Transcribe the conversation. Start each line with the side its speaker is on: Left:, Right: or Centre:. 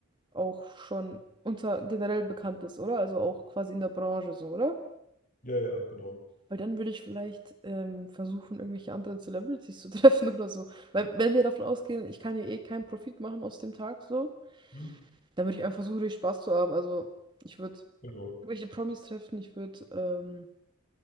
Right: auch schon unter generell bekannt ist, oder? Also auch quasi in der Branche so, oder?
Left: Ja, ja, genau.
Right: Weil dann würde ich vielleicht ähm, versuchen, irgendwelche anderen Celebrities zu <laughs> treffen oder so. Weil wenn wir davon ausgehen, ich kann ja eh keinen Profit machen aus dem Tag so,
Left: Mhm.
Right: dann würde ich einfach versuchen, richtig Spaß zu haben. Also ich würde
Left: Genau.
Right: irgendwelche Promis treffen. Ich würde, ähm,